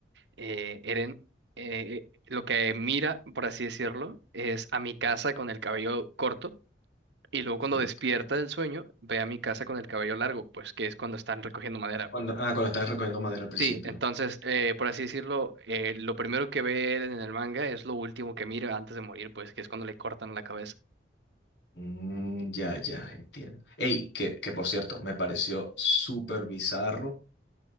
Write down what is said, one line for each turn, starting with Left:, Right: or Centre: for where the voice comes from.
Right: eh, Eren eh, lo que mira, por así decirlo, es a mi casa con el cabello corto y luego cuando
Left: Ok.
Right: despierta del sueño ve a mi casa con el cabello largo, pues que es cuando están recogiendo madera,
Left: Cuando,
Right: pues.
Left: ah, cuando estabas recogiendo madera al principio.
Right: Sí, entonces, eh, por así decirlo, eh, lo primero que ve Eren en el manga es lo último que mira antes de morir, pues que es cuando le cortan la cabeza.
Left: Mm, ya, ya, entiendo. Ey, que, que por cierto, me pareció súper bizarro